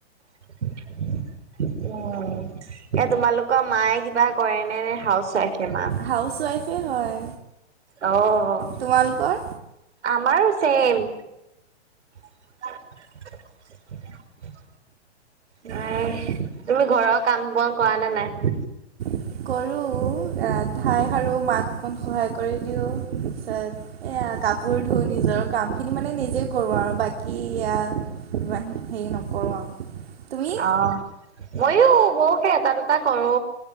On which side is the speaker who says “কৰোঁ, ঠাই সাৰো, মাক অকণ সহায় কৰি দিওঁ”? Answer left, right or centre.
Right